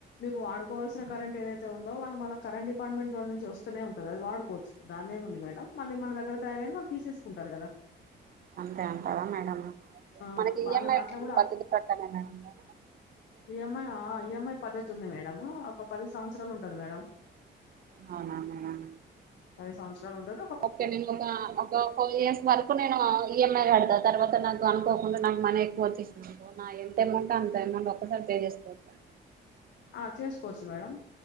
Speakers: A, on the left (about 65°); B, on the right (about 45°).
A: మీకు వాడు పోవాల్సిన కరంట్ ఏదైతే ఉందో వాళ్ళ మన కెంట్ డిపార్ట్మెంట్ వాళ నుంచి వస్తనే ఉంటు అది వాడుకోచ్చు దందేముంది మేడం మళ్ళీ మన దగ్గర తయారైనా వాళ్ళు తీసేసుకుంటారు కదా
B: అంతే అంటారా మేడం
A: ఆ
B: మనకి
A: బానే
B: ఈఎంఐ
A: అట్లా కూడా
B: పద్ధతి ప్రకారమే మేడం ఉండాలా
A: ఈఎంఐ ఈఎంఐ పద్ధతి ఉంది మేడం ఒక పది సంవత్సరాలు ఉంటది మేడం
B: అవునా మేడం
A: అది సంవత్సరాలుంటద్
B: ఓకే నేను ఒక ఒక ఫోర్ ఇయర్స్ వరకు నేను ఈఎంఐ కడతా తర్వాత నా అనుకోకుండా నాకు మనీ ఎక్కువ వచ్చేసిందనుకో నాయి ఎంత అమౌంటో అంత అమౌంట్ ఒక్కసారి పే చేసుకోవచ్చా
A: ఆ చేసుకోవచ్చు మేడం